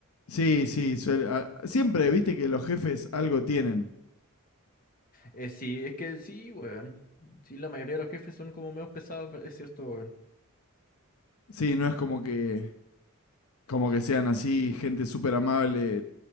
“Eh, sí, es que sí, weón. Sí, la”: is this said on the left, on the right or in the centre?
Left